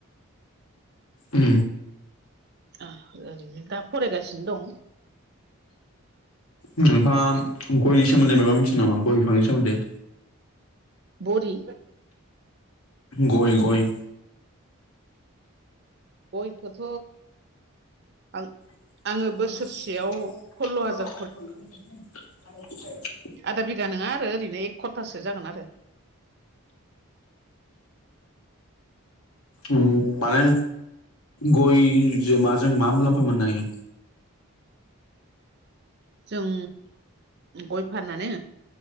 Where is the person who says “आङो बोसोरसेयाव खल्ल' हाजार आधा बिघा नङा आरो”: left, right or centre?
Right